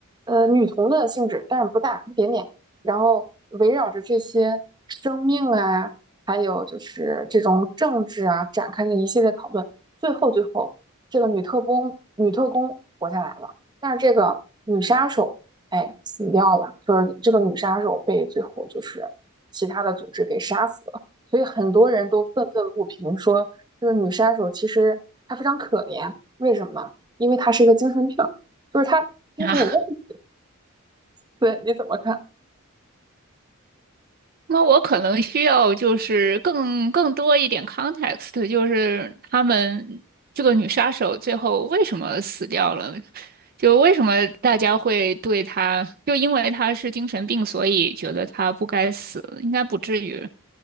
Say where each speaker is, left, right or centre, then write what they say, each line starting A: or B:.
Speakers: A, on the right; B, on the right.
A: 呃，女同的性质，但是不大，一点点。然后围绕着这些生命啊，还有就是这种政治啊，展开了一系列讨论。最后，最后，这个女特工女特工活下来了，但是这个女杀手哎死掉了，就是这个女杀手被最后就是其他的组织给杀死了。所以很多人都愤愤不平，说这个女杀手其实她非常可怜，为什么？因为她是一个精神病，就是她精神有问题。
B: <laughs> 啊，
A: 对，你怎么看？
B: 那我可能需要就是更更多一点 context，就是他们这个女杀手最后为什么死掉了？就为什么大家会对她，就因为她是精神病，所以觉得她不该死，应该不至于